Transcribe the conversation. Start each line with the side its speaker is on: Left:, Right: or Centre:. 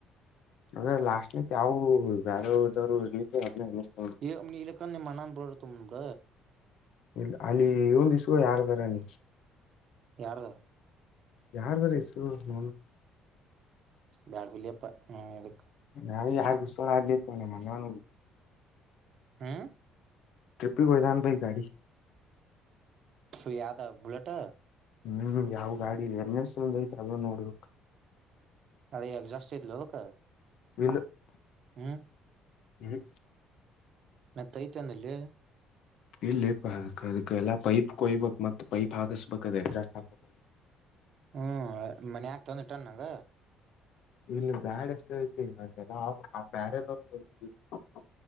Left: ಅದೇ ಲಾಸ್ಟ್ನಕ್ ಯಾವವು ಬೇರದ್ರು ಇರ್ಲಿಕ್ಕೆ ಅದನ್ ಏನ್ ಎಸ್
Right: ಇ ಇಲಕ್ಕಾಂದಮ್ಮ ಮಣಾ ಬರಡ್ತ ಬಿಡ
Left: ಇಲ್ಲ ಅಲ್ಲಿ ಇವಂದು ಯಾರದಾರ ನೀ
Right: ಯಾರದ
Left: ಯಾರ್ದರ ಹೆಸರು ಸೋನು
Right: ಬಾಡ್ಬಲ್ಲಿಯಪ್ಪ ಇದು
Left: ನಾವವು ಎರಡು ದಿವಸ ಆಗ್ಲಿ ನಮ್ಮ ನಾನು
Right: ಹಾ
Left: ಪಿ ಹೊದಾನ ಗಾಡಿ
Right: ಸಯಾದ ಬುಲೆಟ್
Left: ಹ್ಮ್ ಯಾವ್ ಗಾಡಿ ಏನ್ ಎಸ್ ಒಂದು ಐತಿ ಅದ ನೋಡ್ಬೇಕಕ್
Right: ಅದೆ ಎಗ್ಜಾಸ್ಟ್ ಐತ್ಲೆ ಅವುಕು
Left: ಇಳ್
Right: ಹ್ಮ್
Left: ಹ್ಮ್
Right: ಮತ್ಯೈತಾನಾಲೀ
Left: ಇಲ್ಲಿ ಪರ್ ಅರ್ ಎಲ್ಲ ಪೈಪ್ ಕೊಯ್ಬೇಕಕ್ ಮತ್ತತ್ ಪೈಪ್ ಹಾಸ್ಬೇಕ ಎಕ್ಸಾಸ್ಟ್ ಆಬಬೇಕ
Right: ಹ್ಮ್ ಮನ್ ಯಾಕೆ ತಂದ ಇಟ್ಟ ನಂಗ
Left: ಇಲ್ಲಿ ಬ್ಯಾಡ್ ಎಷ್ಟ ಐತಿ ನ ಜನ ಆ ಬ್ಯಾರತಿ <unintelligible>